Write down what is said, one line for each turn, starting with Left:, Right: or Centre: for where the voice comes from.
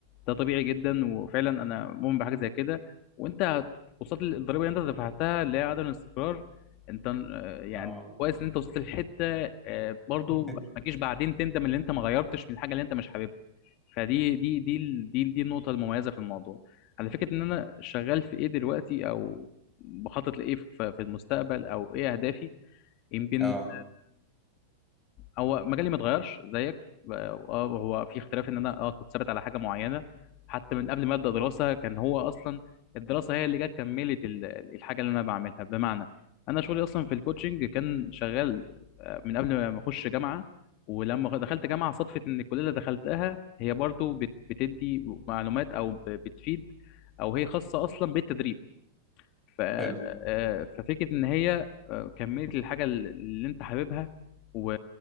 Left: ده طبيعي جدا وفعلا انا مؤمن بحاجه زي كده وانت هت- وصلت للضريبه اللي انت دفعتها اللي هي عدم الاستقرار انت آه، يعني
Centre: اه والله
Left: كويس ان انت وصلت للحته آه، برضو
Centre: <laughs>
Left: ما تجيش بعدين تندم ان انت ما غيرتش من الحاجه اللي انت مش حاببها فدي دي دي ال- دي دي النقطة المميزة في الموضوع على فكرة إن أنا شغال في إيه دلوقتي أو بخطط لإيه في في المستقبل أو إيه أهدافي يمكن
Centre: اه
Left: هو مجالي ما اتغيرش زيك اه آه، هو في اختلاف ان انا اه كنت ثابت على حاجه معينه حتى من قبل ما ابدا دراسه كان هو اصلا الدراسه هي اللي جت كملت ال- الحاجه اللي انا بعملها بمعنى انا شغلي اصلا في الكوتشنج كان شغال آه، من قبل ما اخش جامعه ولما دخلت جامعه صدفه ان الكليه اللي دخلتها هي برضو بت- بتدي معلومات او ب- بتفيد او هي خاصه اصلا بالتدريب ف... آه،
Centre: حلو
Left: ففكرة إن هي آه، كملت الحاجة اللي أنت حاببها و...